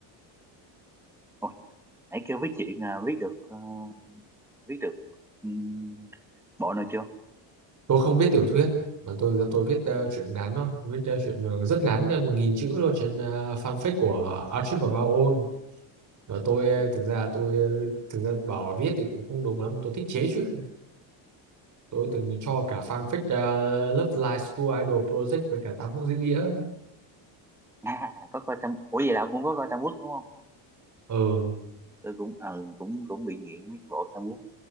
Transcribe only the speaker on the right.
tôi không viết tiểu thuyết mà tôi tôi viết ờ, truyện ngắn thôi viết ờ, truyện ờ, rất ngắn uh, một nghìn chữ thôi trên ờ, fanfic của Archive of Our Own và tôi
ờ, thực ra tôi ờ, thực ra bảo viết thì cũng không đúng lắm mà tôi thích chế truyện tôi từng cho cả fanfic ờ, Love Live School Idol Project với cả Tam Quốc Diễn Nghĩa
ừ,